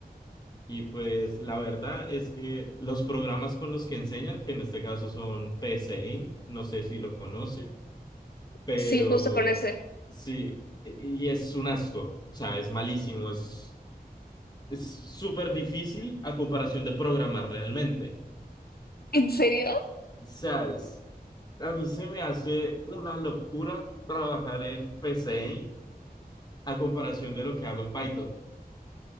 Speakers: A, on the left; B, on the left.
A: Y pues la verdad es que los programas con los que enseñan, que en este caso son PSeInt, no sé si lo conoce, pero
B: Sí, justo con ese.
A: sí, y y es un asco, o sea, es malísimo, es es súper difícil a comparación de programar realmente.
B: ¿En serio?
A: ¿Sabes? A mí se me hace una locura trabajar en P PCI a comparación de lo que hago en Python.